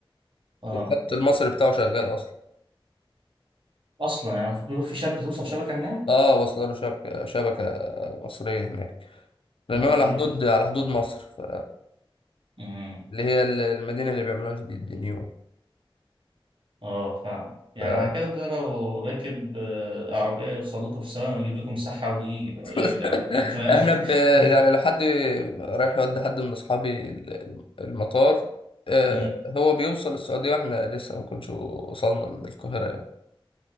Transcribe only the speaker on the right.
اه
اصلا يعني في شاب توصل شبكه هناك
غريبه
دي
امم
اه فاهم يعني
على كده ده لو راكب آه، عربيه يوصل لكم في ثواني ويجيب لكم سحب ويجي يرجع
بقى تاني فاهم
<laughs>
أمم.